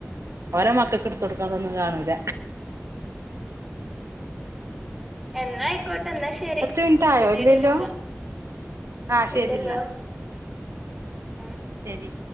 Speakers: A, on the right; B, in the centre.
A: ഓരമക്കക്ക്ട് തൊട്ക്ക്ണതൊന്നും കാണൂല.
B: എന്നായ്ക്കോട്ടെ എന്നാ ശരി
A: പത്ത് മിൻട്ടായോ
B: പിന്നീട്
A: ഇല്ല്യല്ലോ?
B: വിളിക്കാം
A: ആഹ് ശെരിന്നാ.
B: ഇണ്ടല്ലോ ആഹ്.
A: ശെരി.